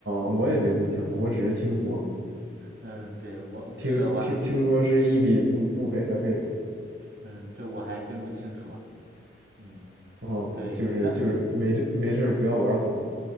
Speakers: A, on the right; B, on the right.
A: 哦、我也没这么想过我只是听说，
B: 嗯，对我这个我还我
A: 听听听说是一笔不不菲的费用。
B: 嗯这我还真不清楚啊，嗯，
A: 哦，
B: 对，
A: 就是就是没事没事儿不要玩火。
B: 那